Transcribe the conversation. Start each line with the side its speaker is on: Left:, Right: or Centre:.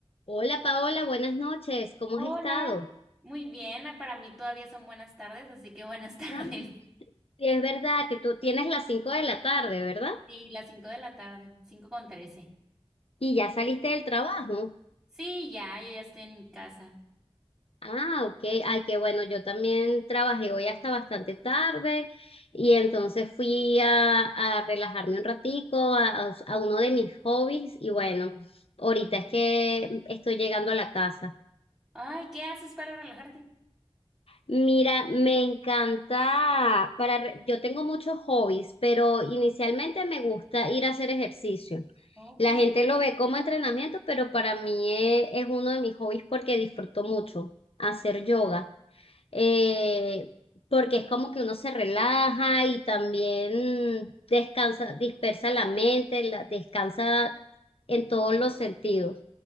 Left: Hola Paola, buenas noches, ¿cómo
Centre: Hola,
Left: has estado?
Centre: muy bien, ah, para mí todavía son buenas tardes, así que buenas <laughs> tardes.
Left: Ay, Sí, Es verdad que tú tienes las 5 de la tarde, ¿verdad?
Centre: Sí, las 5 de la tarde, 5 con 13.
Left: Y ya saliste del trabajo.
Centre: Sí, ya, yo ya estoy en mi casa.
Left: Ah, ok, ay, qué bueno, yo también trabajé hoy hasta bastante tarde y entonces fui a, a relajarme un ratico a, a uno de mis hobbies y bueno, ahorita es que estoy llegando a la casa.
Centre: Ay, ¿qué haces para relajarte?
Left: Mira, me encanta para re- yo tengo muchos hobbies, pero inicialmente me gusta ir a hacer ejercicio.
Centre: Ok,
Left: La gente lo ve como entrenamiento, pero para mí es, es uno de mis hobbies porque disfruto mucho hacer yoga. Eh, porque es como que uno se relaja y también mm, descansa, dispersa la mente, la- descansa en todos los sentidos.